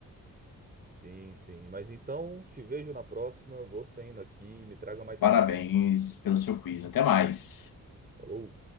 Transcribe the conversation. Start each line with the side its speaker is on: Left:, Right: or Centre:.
Right: Sim, sim. Mas então, te vejo na próxima. Vou saindo aqui e me traga mais
Left: Parabéns
Right: quizzes.
Left: pelo seu quiz. Até mais.
Right: Falou!